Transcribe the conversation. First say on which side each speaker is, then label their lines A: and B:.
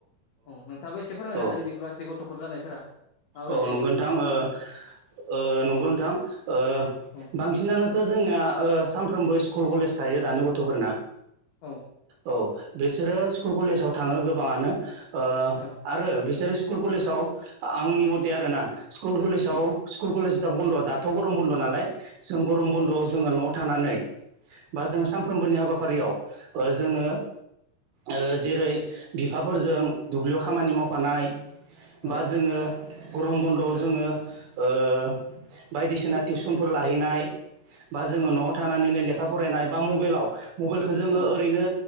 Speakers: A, on the left; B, on the right.
A: औ नोंथाङाबो एसे फोरमायना
B: औ
A: होदो बिदि गाज्रि गथ'फोर जानायफोरा माबोरै
B: औ
A: जायो
B: नंगौ नोंथां ओ ओ नंगौ नोंथां ओ
A: औ
B: बांसिनानोथ' जोंनिया ओ सानफ्रोमबो स्कुल कलेज थायो दानि गथ'फोरना
A: औ
B: औ बिसोरो स्कुल कलेजाव थाङो गोबाङानो ओ
A: औ
B: आरो बिसोरो स्कुल कलेजाव आंनि मथे आरोना स्कुल कलेजाव
A: औ
B: स्कुल कलेज बन्द' दाथ' गरम बन्द' नालाय जों गरम बन्द'आव
A: औ
B: जोङो न' थानानै बा जों सानफ्रोमबोनि हाबाफारियाव ओ जोङो
A: औ
B: ओ जेरै बिफाफोरजों दुब्लियाव खामानि मावफानाय
A: औ
B: बा जोङो गरम बन्द'आव जोङो ओ बायदिसिना टिउसनफोर लाहैनाय बा जोङो न'आव थानानैनो लेखा फरायनाय बा मबाइलाव मबाइलखौ जोङो
A: औ
B: ओरैनो